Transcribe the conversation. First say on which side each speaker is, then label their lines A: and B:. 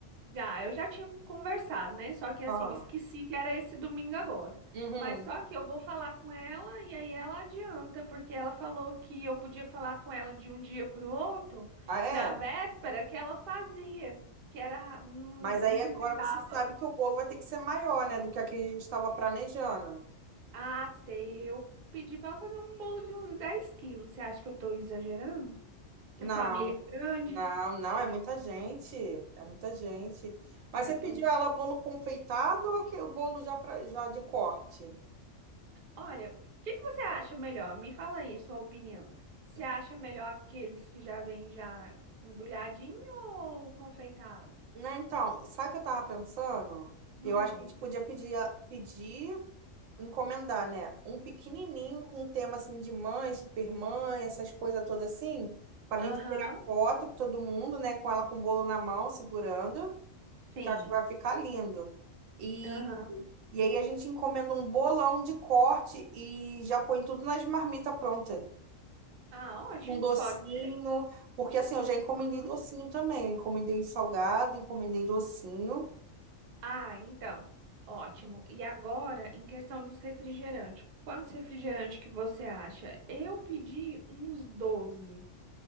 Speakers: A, on the right; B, on the right.
A: Já, eu já tinha conversado, né? Só que assim,
B: Aham.
A: eu esqueci que era esse domingo agora.
B: Uhum.
A: Mas só que eu vou falar com ela e aí ela adianta, porque ela falou que eu podia falar com ela de um dia para o outro,
B: Ah, é?
A: na véspera que ela fazia, que era ra- não,
B: Mas
A: não
B: aí
A: precisava.
B: agora você sabe que o bolo vai ter que ser maior, né, do que a que a gente estava planejando.
A: Ah, sei, eu pedi para ela fazer um bolo de uns 10 quilos. Você acha que eu tô exagerando? Que
B: Não,
A: a família é grande?
B: não, não, é muita gente, é muita gente. Mas
A: Ah,
B: você
A: então.
B: pediu ela bolo confeitado ou aquele bolo já, pra, já de corte?
A: Olha, o que que você acha melhor? Me fala aí sua opinião. Você acha melhor aqueles que já vêm já embrulhadinho ou confeitado?
B: Não, então, sabe o que eu tava pensando?
A: Hum,
B: Eu acho que a gente podia pedir, a- pedir, encomendar, né? Um pequenininho com um tema assim de mãe, supermãe, essas coisas todas assim, para a
A: aham,
B: gente tirar foto com todo mundo, né? Com ela com o bolo na mão, segurando.
A: sim,
B: que eu acho que vai ficar lindo. E,
A: aham.
B: e aí a gente encomenda um bolão de corte e já põe tudo nas marmitas pronta.
A: Ah, ótimo,
B: Um docinho,
A: pode ser.
B: porque assim, eu já encomendei
A: Hum.
B: docinho também. Eu encomendei salgado, encomendei docinho.
A: Ah, então, ótimo. E agora, em questão dos refrigerantes, quantos refrigerantes que você acha? Eu pedi uns 12,